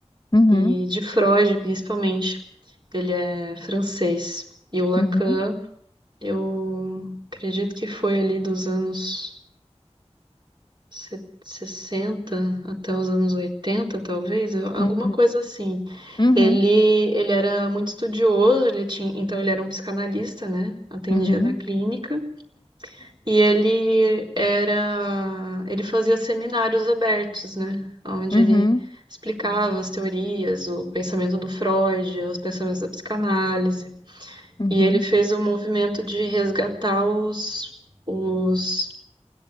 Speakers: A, on the left; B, on the right.
A: Uhum.
B: E de Freud, principalmente. Ele é francês. E o Lacan,
A: Uhum.
B: eu acredito que foi ali dos anos se- 60 até os anos 80 talvez, alguma
A: Uhum.
B: coisa assim.
A: Uhum.
B: Ele, ele era muito estudioso, ele tinha, então ele era um psicanalista, né? Atendia
A: Uhum.
B: na clínica. E ele era, ele fazia seminários abertos, né? Onde
A: Uhum.
B: ele explicava as teorias, o pensamento do Freud, os pensamentos da psicanálise.
A: Uhum.
B: E ele fez o movimento de resgatar os, os